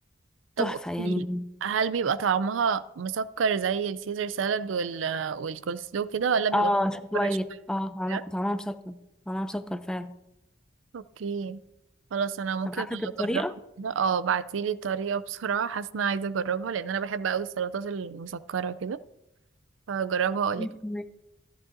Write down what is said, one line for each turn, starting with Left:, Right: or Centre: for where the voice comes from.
Right: طب
Centre: وتحفة يعني
Right: قولي هل بيبقى طعمها مسكر زي السيزر سالاد وال والكولسلو كده ولا بيبقى
Centre: اه شوية
Right: مسكر شوية
Centre: اه طعمها
Right: كده؟
Centre: طعمها مسكر طعمها مسكر فعلا
Right: اوكي خلاص انا ممكن
Centre: هبعتلك الطريقة
Right: اجربها كده اه بعتيلي الطريقة بسرعة حاسة ان انا عايزة اجربها لان انا بحب اوي السلطات المسكرة كده هجربها اقولك
Centre: مية في المية.